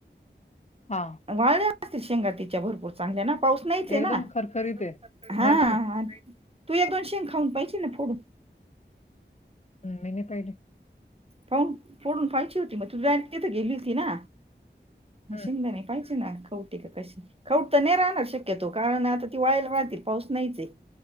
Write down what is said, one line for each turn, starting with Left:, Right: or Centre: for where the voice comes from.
Left: हां
Right: वाळ्यां असतील शेंगा तिच्या भरपूर चांगल्या ना पाऊस नाहीचे
Left: एकदम
Right: ना
Left: खरखरीत
Right: <unintelligible>
Left: आहे.
Right: हा
Left: नाहीच आहे.
Right: तू एक, दोन शेग खाऊन पाहिची ना फोडून
Left: हम् मी नाही पहिली
Right: कावुन फोडून पाायची होती मग तू डायरेक्ट तिथं गेली होती ना?
Left: हं.
Right: शेंगदाने पाहिचे ना खाऊन कशी खवुट तर नाही राहणार शक्यतो कारण आता ती वाळेल राहती पाऊस तर नाहीचय